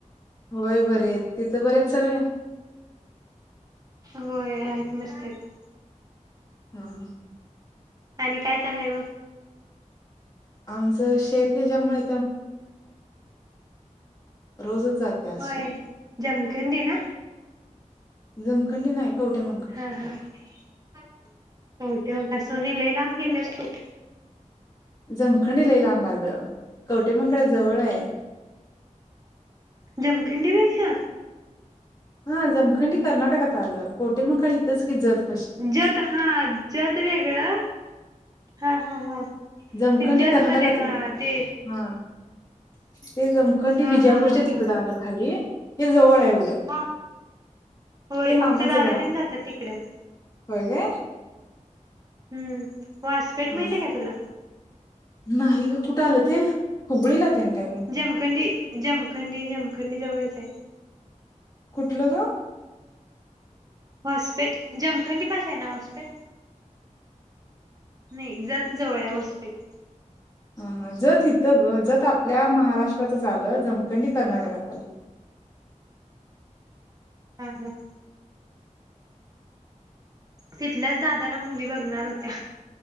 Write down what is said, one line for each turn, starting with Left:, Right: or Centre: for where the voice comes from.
Left: होय बरेआहेत. तिथं बरे आहेत सगळे?
Right: होय आहेत. मस्त आहेत.
Left: हम हम
Right: आणि काय चाललंय मग
Left: आमचं शेत हे ज्यामुळे रोजच जात्या अशी
Right: होय जमखंडी ना.
Left: जमखणीत नाही कवठेमहांकाळ
Right: हा हा कवठेमहांकाळ सोने लय लांब गेल्यास तू.
Left: जमखंणी लई लांब आलं कवटे महाकाळ जवळ आहे.
Right: जमखणी पेक्षा
Left: हा जमखनी कर्नाटकात आलं कवटे महाकाळ इथच की जवळ.
Right: जत हा जत होय. गळा. हा हा हा सिज्जत
Left: जमखंडी कर्नाटकात
Right: मध्ये
Left: येतं.
Right: हा ते
Left: हा ते जमखंडी
Right: हा
Left: विजापूरच्या
Right: हा हा
Left: तिकडं
Right: हा
Left: आलं खाली हे जवळ आहे. उलट
Right: हा होय
Left: ते मामाचं
Right: आमचे दादा
Left: गाव
Right: तेन जातात तीकडे
Left: होय काय
Right: हम्म वासपेठ
Left: हा
Right: माहितीय का तुला
Left: नाही ग कुठं आलं ते हुबळीला तेन काय मग
Right: जमखंडी जमखंडी जमं जमखंडी जवळच हाय
Left: कुठलं ग
Right: हॉस्पिट जमखंडी पास आहे ना हॉस्पिट. नाही जत जवळ आहे हॉस्पिट
Left: हा ह जत हित ग जत आपल्या महाराष्ट्रातच आलं जमखंडी कर्नाटकात आलं
Right: हम हम तिथल्याच दादाला मुली बघणार होत्या.